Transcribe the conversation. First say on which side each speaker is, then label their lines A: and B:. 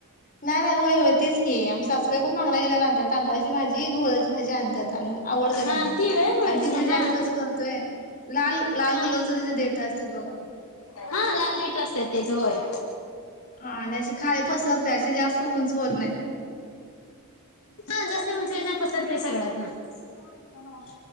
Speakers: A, on the left; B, on the left.
A: नाही नाही होय होतीच की आम सासूवाई पण माांगला गेल्यावर बांतात तांदळाची भाजी घोळ्याची भाजी आणतात आणि आवडतेय
B: हा
A: त्यांना
B: ती व्हय होळीची
A: आणि ती म्हणजे
B: हा
A: आम्ही कसं करतोय लाल लाल
B: हा
A: कलरच त्याचे देठ असत बघ
B: हा लाल लेट असतात त्याच होय
A: हा आणि अशी खाली पसरते अशी जास्त उंच होत नाही
B: हा जास्त म्हणस येत नाही पसरतय सगळ्यात ना सला